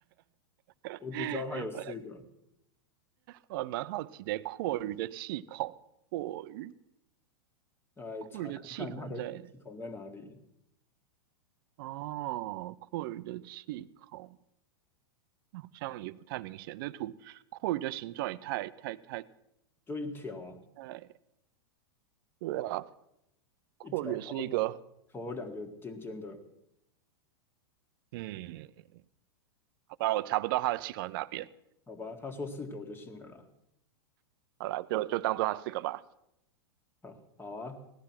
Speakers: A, on the right; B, on the left.
A: <laughs>
B: 我只知道它有四个，
A: 呃，蛮好奇的，阔鱼的气孔，阔鱼，
B: 来查看看它的气孔在哪里，
A: 阔鱼的气孔在，哦，阔鱼的气孔，那好像也不太明显。这图，阔鱼的形状也太太太
B: 就一条啊，
A: 太，对啊，阔鱼也是一个，
B: 一条。头有两个尖尖的，
A: 嗯，好吧，我查不到它的气孔在哪边。
B: 好吧？他说四个我就信了啦。
A: 好了，就就当做它四个吧。
B: 好好啊，